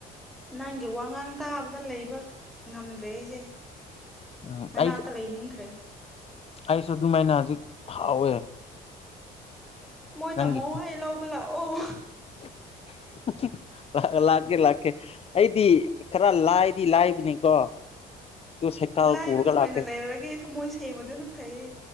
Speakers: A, in the centre; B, on the left.
A: ꯅꯪꯒꯤ ꯋꯥꯉꯥꯡ ꯇꯥꯕꯗ ꯂꯩꯕ ꯉꯝꯗ꯭ꯔꯦ ꯑꯩꯁꯦ
B: ꯎꯝ
A: ꯅꯅꯥꯛꯇ
B: ꯑꯩ
A: ꯂꯩꯅꯤꯡꯈ꯭ꯔꯦ
B: ꯑꯩꯁꯨ ꯑꯗꯨꯃꯥꯏꯅ ꯍꯧꯖꯤꯛ ꯐꯥꯎꯋꯦ
A: ꯃꯣꯏ
B: ꯅꯪꯒꯤ
A: ꯇꯥꯃꯣ ꯑꯩ ꯂꯧꯕ ꯂꯥꯛꯑꯣ
B: <unintelligible> ꯂꯥꯛꯀꯦ ꯂꯥꯛꯀꯦ ꯑꯩꯗꯤ ꯈꯔ ꯂꯥꯏꯗꯤ ꯂꯥꯏꯕꯅꯤꯀꯣ ꯑꯗꯨ ꯁꯥꯏꯀꯜ
A: ꯂꯥꯏꯕꯗꯣ
B: ꯄꯨꯔꯒ
A: ꯑꯣꯏꯅ
B: ꯂꯥꯛꯀꯦ
A: ꯂꯩꯔꯒꯦ ꯊꯃꯣꯏ ꯁꯦꯡꯕꯗꯅ ꯐꯩ